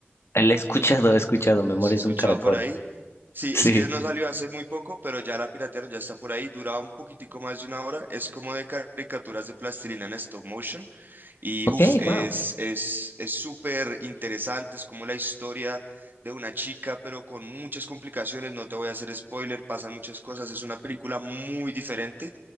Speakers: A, on the left; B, on the right.
A: Eh, La he escuchado, he escuchado, Memorias
B: ¿La has escuchado
A: de un caracol.
B: por ahí? Sí,
A: Sí.
B: es que no salió hace muy poco, pero ya la piratearon, ya está por ahí. Duraba un poquitico más de una hora. Es como de caricaturas de plastilina en stop motion. Y
A: Ok,
B: uff, es,
A: wow.
B: es, es súper interesante. Es como la historia de una chica, pero con muchas complicaciones. No te voy a hacer spoiler, pasan muchas cosas. Es una película muy diferente,